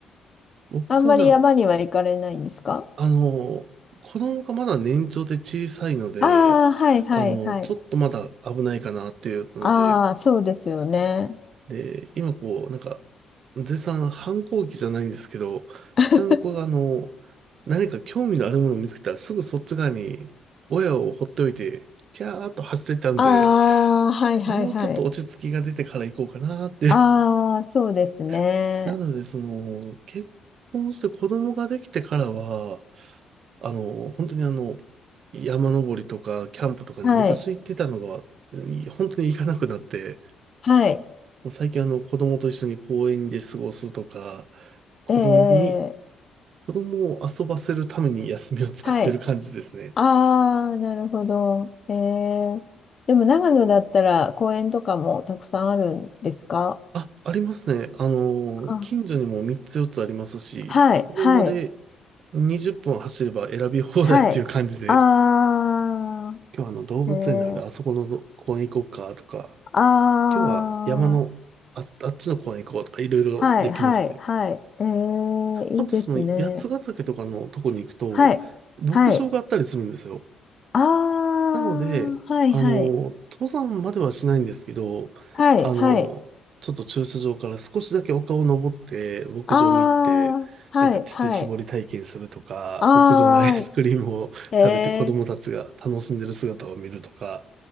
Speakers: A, on the right; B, on the left.
A: 僕はな、
B: あんまり山には行かれないんですか
A: あの、子供がまだ年長で小さいので、
B: ああー、はいはいはい。
A: あの、ちょっとまだ危ないかなっていうので、
B: ああ、そうですよね。
A: で、今こう、なんか、絶賛反抗期じゃないんですけど、
B: <laughs>
A: 下の子があの、何か興味のあるものを見つけたらすぐそっち側に親を放っておいて、キャーっと走ってっちゃうんで、
B: ああ、はいはいはい。
A: もうちょっと落ち着きが出てから行こうかなって。
B: ああ、そうですね。
A: <laughs> なので、その、結婚して子供ができてからは、あの、本当にあの、山登りとか、キャンプとかに昔行ってたのが、
B: はい、
A: い本当に行かなくなって、
B: はい。
A: もう最近あの、子供と一緒に公園で過ごすとか、子供に、
B: ええ、
A: 子供を遊ばせるために休みを使ってる感じですね。
B: はい。ああ、なるほど。ええ。でも長野だったら公園とかもたくさんあるんですか
A: あ、ありますね。あの、
B: あ、
A: 近所にも3つ4つありますし、
B: はい、
A: 車で
B: はい、
A: 20分走れば選び放題っていう感じで、
B: はい。ああ、
A: 今日あの動物園ならあそこのど公園行こうかとか、
B: ええ、ああ、
A: 今日は山のあ、あっちの方に行こうとかいろいろできますね。
B: はい、はい、はい。えー、いいですね。
A: あとその八ヶ岳とかのとこに行くと牧場があったりするんですよ。
B: はい、はい。あー、
A: なので、
B: はい、
A: あの、
B: はい。
A: 登山まではしないんですけど、
B: はい、
A: あの、
B: はい。
A: ちょっと駐車場から少しだけ丘を登って牧場に行って、
B: あー、はい、
A: なんか乳搾り体験するとか、
B: はい。あ
A: 牧場のアイスクリームを食べて子供たちが楽しんでる姿を見るとか、
B: ー、えー、